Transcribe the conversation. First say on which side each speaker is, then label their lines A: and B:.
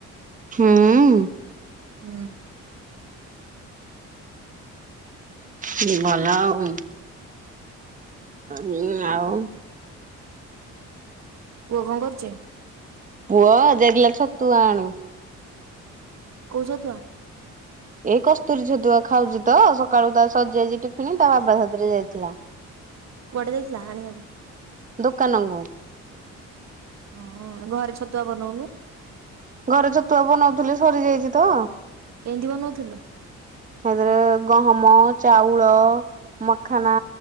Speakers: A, on the right; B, on the right.
A: ହୁଁ।
B: ହୁଁ।
A: ହୁଁ ଭଲ ଆଉ। ହୁଁ ଆଉ
B: ପୁଅ କଣ କରୁଚି?
A: ପୁଅ ଜାଇଥିଲା ଛତୁଆ ଆଣି
B: କୋଉ ଛତୁଆ?
A: ଏଇ କସ୍ତୁରୀ ଛତୁଆ ଖାଉଛି ତ ସକାଳୁ ତା ସରିଜାଇଛି ଟିଫିଣି ତା ବାବା ସାଥିରେ ଯାଇଥିଲା। <inaudible>
B: କୁଆଡେ ଯାଇଥିଲା ଆଣିବାକୁ?
A: ଦୋକାନଙ୍କୁ।
B: ହଁ ଘରେ ଛତୁଆ ବନଉନୁ।
A: ଘରେ ଛତୁଆ ବନାଉଥିଲେ ସରିଯାଇଛି ତ
B: କେତି ବନଉଥିଲୁ?
A: ଏଥିରେ ଗହମ ଚାଉଳ ମଖାନ